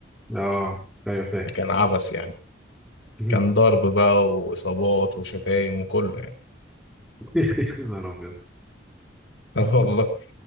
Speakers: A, in the centre; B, on the left.
A: اه ايوه فاهم
B: فكان عبث يعني
A: <laughs>
B: كان ضرب بقى وإصابات وشتايم وكله يعني
A: يا نهار ابيض
B: <laughs> والله